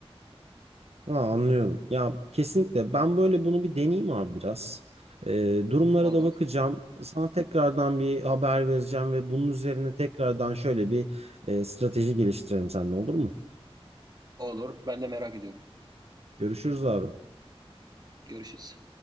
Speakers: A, on the right; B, on the right.
A: Ha, anlıyorum. Ya kesinlikle ben böyle bunu bir deneyeyim abi biraz. Ee, durumlara
B: Olur.
A: da bakacağım. Sana tekrardan bir haber vereceğim ve bunun üzerine tekrardan şöyle bir e, strateji geliştirelim seninle olur mu?
B: Olur. Ben de merak ediyorum.
A: Görüşürüz abi.
B: Görüşürüz.